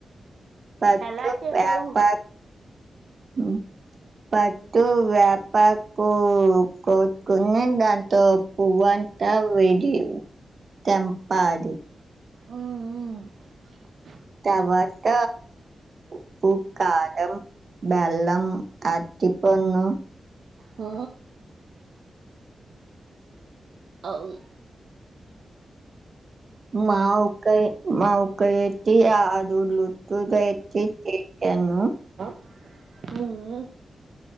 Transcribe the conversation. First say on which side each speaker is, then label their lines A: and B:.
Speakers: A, on the right; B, on the right.
A: పట్
B: ఎలా చేసావు
A: వ్యాప <unintelligible> పట్టు వేపకు కోట్కుని దాంతో పువ్వా విడి తెంపాది <unintelligible>
B: <inaudible>
A: తర్వాత ఉప్పు కారం బెల్లం అటి పన్ను
B: ఆ అవును
A: మావకా మావకాతే ఆ దడ్లు టూ ద ఎటిను
B: ఉమా ఉమా